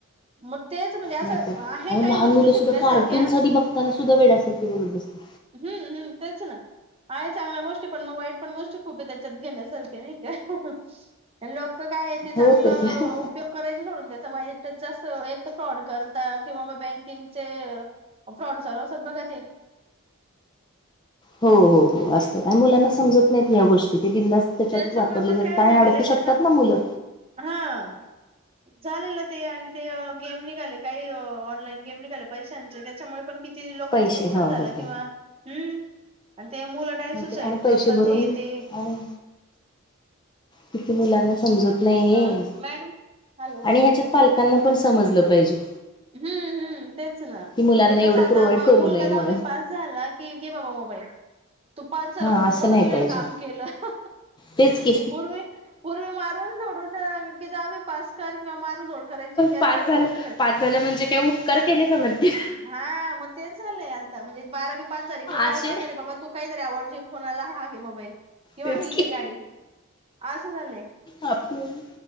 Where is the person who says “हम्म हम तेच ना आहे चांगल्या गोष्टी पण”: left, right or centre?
Right